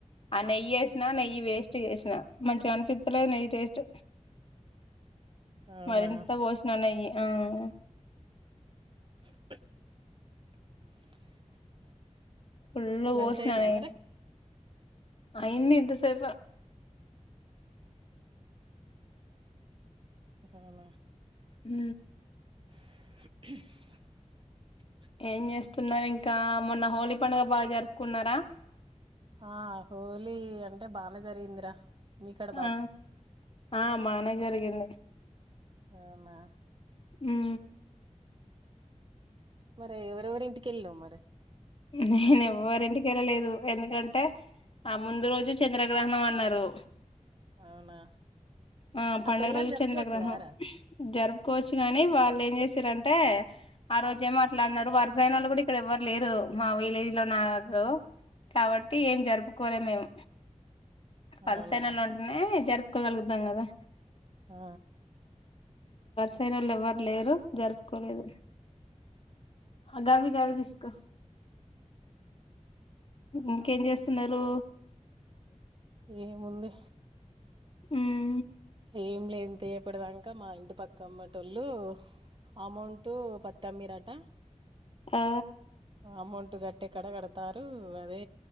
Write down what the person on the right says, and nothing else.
అవునా
<unintelligible>
లంచ్
అయిందా
మరి
<unintelligible>
<unintelligible>
ఆ హోలీ అంటే బాగా నే జరిగింది రా మీకాడ
అవునా
మరి ఎవర ఎవరి ఇంటికెళ్ళవ్ మరి
అవునా
తెల్లారి
జరుపుకోవచ్చు
కదరా
అవునా
ఆ
ఏముంది
ఏం లేంత యపడదాం ఇంకా మా ఇంటి పక్క అమ్మటోళ్ళు అమౌంట్ పత్తమ్మిరాట
అమౌంట్ కట్టిక్కడ కడతారు అదే